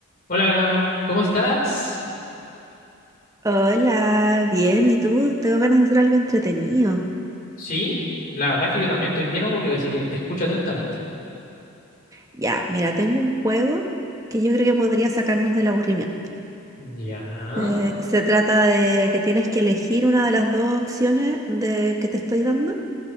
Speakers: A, on the left; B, on the right.
A: Hola, ¿cómo estás?
B: Hola, bien, ¿y tú? Tengo ganas de hacer algo entretenido.
A: Sí, la verdad es que yo también estoy bien aburrido, así que te escucho atentamente.
B: Ya, mira, tengo un juego que yo creo que podría sacarnos del aburrimiento.
A: Ya,
B: Se, se trata de que tienes que elegir una de las dos opciones de, que te estoy dando